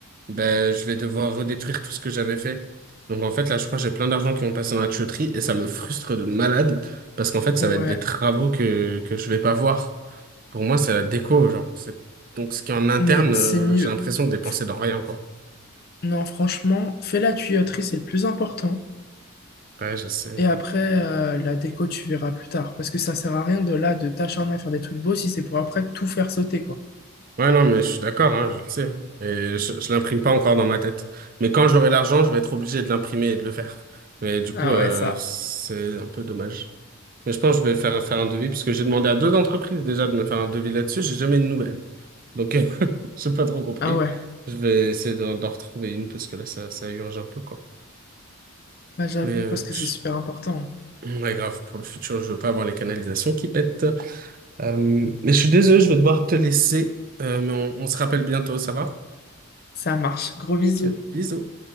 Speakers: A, on the right; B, on the left.
A: ben, je vais devoir redétruire tout ce que j'avais fait. Donc, en fait, là, je crois que j'ai plein d'argent qui vont passer dans la tuyauterie et ça me frustre de malade parce qu'en fait, ça
B: Ouais,
A: va être des travaux que, que je vais pas voir. Pour moi, c'est la déco, genre. C'est... Donc, ce qui est en interne,
B: mais
A: euh,
B: c'est mieux.
A: j'ai l'impression de dépenser
B: F-
A: dans rien, quoi.
B: Non, franchement, fais la tuyauterie, c'est le plus important.
A: Ouais, je sais.
B: Et après, euh, la déco, tu verras plus tard. Parce que ça sert à rien de là, de t'acharner à faire des trucs beaux si c'est pour après tout faire sauter, quoi.
A: Ouais, non, mais je suis d'accord, hein, je le sais. Et je, je l'imprime pas encore dans ma tête. Mais quand j'aurai l'argent, je vais être obligé de l'imprimer et de le faire. Mais du coup,
B: Ah
A: euh,
B: ouais, ça.
A: c'est un peu dommage. Mais je pense que je vais faire, faire un devis, puisque j'ai demandé à deux entreprises déjà de me faire un devis là-dessus. J'ai jamais eu de nouvelles. Donc, euh, <laughs> j'ai pas trop compris.
B: Ah ouais,
A: Je vais essayer d'en d'en retrouver une, parce que là, ça, ça urge un peu, quoi.
B: bah j'avoue,
A: Mais euh,
B: parce que
A: je-
B: c'est super important. hein.
A: ouais, grave, pour le futur, je veux pas avoir les canalisations qui pètent. Euh, mais je suis désolé, je vais devoir te laisser. Euh, mais on on se rappelle bientôt, ça va?
B: Ça marche. Gros
A: Nickel.
B: bisous.
A: Bisous.